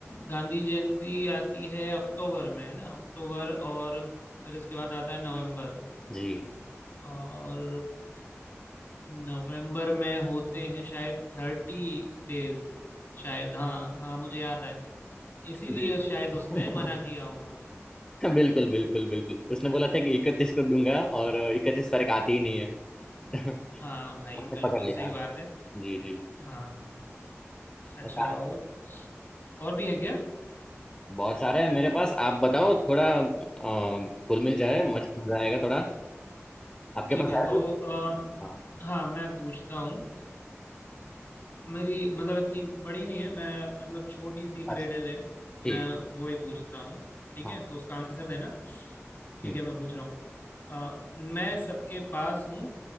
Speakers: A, on the left (about 45°); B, on the left (about 15°).
A: गांधी जयंती आती है अक्टूबर में है ना अक्टूबर और फिर उसके बाद आता है नवंबर
B: जी
A: और नवंबर में होते हैं शायद थर्टी डेज शायद हाँ हाँ मुझे याद आया इसीलिए
B: जी
A: शायद उसने
B: <laughs>
A: मना किया होगा
B: बिल्कुल बिल्कुल बिल्कुल उसने बोला था कि इकतीस को दूंगा और इकतीस तारीख आती ही नहीं है <laughs> हमने
A: हाँ भाई बिल्कुल
B: पकड़ लिया
A: सही बात है
B: जी जी
A: हाँ अच्छा
B: ऐसा
A: और और भी है क्या
B: बहुत सारे हैं मेरे पास आप बताओ थोड़ा अ, कुल मिल जाए मज- मजा आएगा थोड़ा आपके
A: ठीक
B: पास
A: है
B: है
A: तो
B: कुछ
A: आ,
B: हाँ
A: हाँ मैं पूछता हूँ मेरी मतलब इतनी बड़ी नहीं है मैं मतलब छोटी सी ग्रेडल
B: अच्छा
A: है
B: ठीक
A: मैं वही पूछता हूँ ठीक
B: हाँ
A: है तो उसका आंसर देना ठीक
B: हम्म
A: है मैं पूछ रहा हूँ अ, मैं सबके पास हूँ